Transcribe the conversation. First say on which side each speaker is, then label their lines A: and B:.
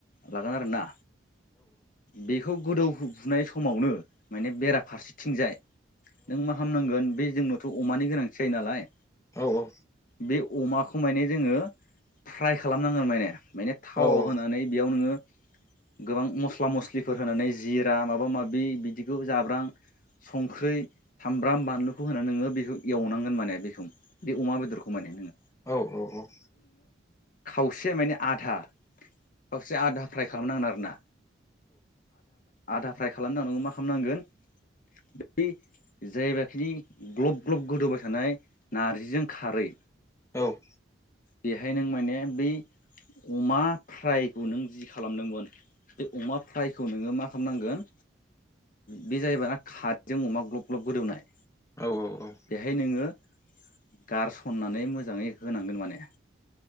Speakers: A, on the left; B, on the left.
A: लागोन आरोना बेखौ गोदौफुनाय समावनो माने बेराफारसेथिंजाय नों मा खालामनांगोन बे जोंनावथ अमानि गोनांथि जायो नालाय
B: औ औ
A: बे अमाखौ माने जोंङो फ्राय खालामनांगोन माने माने थावाव
B: औ औ
A: होनानै बेयाव नोंङो गोबां मस्ला मस्लिफोर होनानै जिरा माबा माबि बिदिखौ जाब्रां संख्रै सामब्राम बानलुखौ होना नोंङो बेखौ एवनांगोन माने बेखौ बे अमा बेदरखौ माने नोंङो
B: औ औ औ
A: खावसे माने आधा खावसे आधा फ्राय खालामनांगोन आरोना। आदा फ्राय खालाम नांगौ मा खालामनांगोन बै जायबाखिनि ग्लब ग्लब गोदौबाय थानाय नारजिजों खारै
B: औ
A: बेहाय नों माने बै अमा फ्रायखौ नों जि खालामदोंमोन बे अमा फ्रायखौ नोंङो मा खालामनांगोन बे जाहैबाय ना खारदैजों अमा ग्लब ग्लब गोदौनाय
B: औ औ औ
A: बेहाय नोङो गारसननानै मोजाङै होनांगोन माने